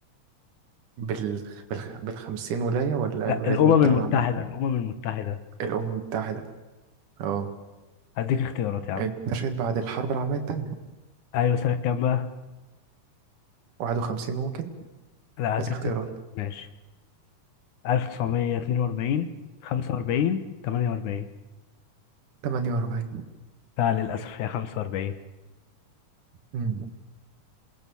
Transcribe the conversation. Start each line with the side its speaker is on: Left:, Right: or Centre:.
Right: بال... بالخ... بالخمسين ولاية ولا
Left: لا
Right: الولايات
Left: الأمم
Right: المتحدة
Left: المتحدة
Right: عامة
Left: الأمم المتحدة
Right: الأمم المتحدة اه
Left: هديك اختيارات يا عم
Right: اتنشأت بعد الحرب العالمية التانية
Left: أيوة سنة كام بقى؟
Right: واحد وخمسين ممكن
Left: لا هديك
Right: عايز اختيارات
Left: اختيارات. ماشي 1942 45 48
Right: تمانية وأربعين
Left: لا للأسف هي 45
Right: مم.